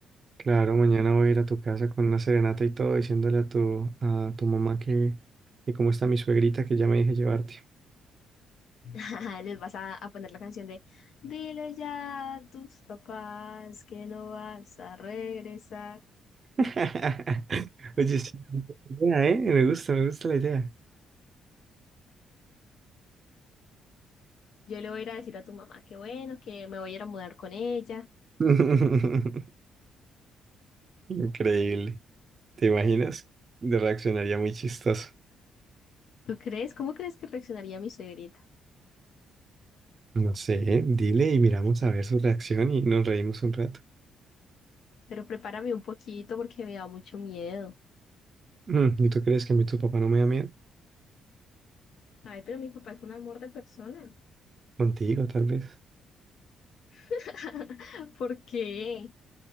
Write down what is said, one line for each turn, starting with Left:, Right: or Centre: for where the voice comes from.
Right: Claro, mañana voy a ir a tu casa con una serenata y todo, diciéndole a tu, a tu mamá que, que cómo está mi suegrita, que ya me dije llevarte.
Left: <laughs> les vas a, a poner la canción de Dile ya a tus papás que no vas a regresar.
Right: <laughs> Oye, sí, buena idea, ¿eh? Me gusta, me gusta la idea.
Left: Yo le voy a ir a decir a tu mamá que bueno, que me voy a ir a mudar con ella.
Right: <laughs> Increíble. ¿Te imaginas? Reaccionaría muy chistoso.
Left: ¿Tú crees? ¿Cómo crees que reaccionaría mi suegrita?
Right: No sé, dile y miramos a ver su reacción y nos reímos un rato.
Left: Pero prepárame un poquito porque me da mucho miedo.
Right: Mm, ¿Y tú crees que a mí tu papá no me da miedo?
Left: Ay, pero mi papá es un amor de persona.
Right: Contigo, tal vez.
Left: <laughs> ¿Por qué?